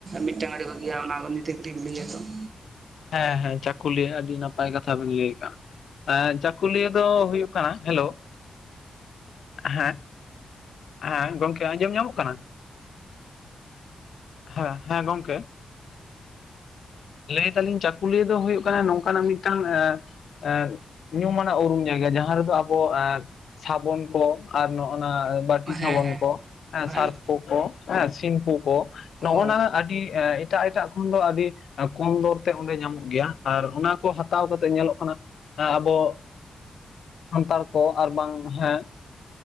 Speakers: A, on the right; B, on the left.
A: ᱢᱤᱫᱴᱟᱝ ᱟᱲᱮ ᱠᱚ ᱜᱮᱭᱟ ᱚᱱᱟ ᱠᱚ ᱱᱤᱛᱮ ᱠᱟᱹᱴᱤᱡ ᱮᱢ ᱞᱟᱹᱭᱟ ᱛᱚ ᱾
B: ᱦᱮᱸ ᱦᱮᱸ ᱪᱟᱹᱠᱩᱞᱤᱭᱟᱹ ᱟᱹᱰᱤ ᱱᱟᱯᱟᱭ ᱠᱟᱛᱷᱟ ᱵᱮᱱ ᱞᱟᱹᱭ ᱟᱠᱟᱟᱜ-ᱟ, ᱪᱟᱹᱠᱩᱞᱤᱭᱟᱹ ᱫᱚ ᱦᱩᱭᱩᱜ ᱦᱮᱞᱳ, ᱦᱮᱸ ᱦᱮᱸ ᱜᱚᱝᱠᱮ ᱟᱸᱡᱚᱢ ᱧᱟᱢᱚᱜ ᱠᱟᱱᱟ, ᱦᱮᱸ ᱦᱮᱸ ᱜᱚᱝᱠᱮ ᱾ ᱞᱟᱹᱭ ᱫᱟᱞᱤᱧ ᱪᱟᱹᱠᱩᱞᱤᱭᱟᱹ ᱫᱚ ᱦᱩᱭᱩᱜ ᱠᱟᱱᱟ ᱱᱚᱝᱠᱟᱱᱟᱜ ᱢᱤᱫᱴᱟᱝ ᱮ ᱧᱩᱢ ᱟᱱᱟᱜ ᱩᱨᱩᱢ ᱡᱟᱭᱜᱟ ᱡᱟᱦᱟᱸ ᱨᱮᱫᱚ ᱟᱵᱚ ᱥᱟᱵᱚᱱ ᱠᱚ ᱟᱨ ᱱᱚᱜ ᱱᱟ, ᱵᱴᱤ ᱥᱟᱵᱚᱱ
A: ᱦᱮᱸ ᱦᱮᱸ
B: ᱠᱚ, ᱦᱮ
A: ᱦᱮᱸ
B: ᱥᱟᱨᱯᱳ ᱠᱚ, ᱦᱮ, ᱥᱤᱢᱯᱩ ᱠᱚ, ᱱᱚᱜᱱᱟ
A: ᱦᱳᱭ
B: ᱟᱹᱰᱤ ᱮ ᱮᱴᱟᱜ ᱮᱴᱟᱜ ᱠᱷᱚᱱ ᱫᱚ ᱟᱹᱰᱤ ᱠᱚᱢ ᱫᱚᱨ ᱛᱮ ᱚᱸᱰᱮ ᱧᱟᱢᱚᱜ ᱜᱮᱭᱟ ᱟᱨ ᱚᱱᱟ ᱠᱚ ᱦᱟᱛᱟᱣ ᱠᱟᱛᱮᱮᱫ ᱧᱮᱞᱚᱜ ᱠᱟᱱᱟ ᱾ ᱟᱵᱚ ᱥᱟᱱᱛᱟᱲ ᱠᱚ ᱟᱨ ᱵᱟᱝ ᱦᱮᱸ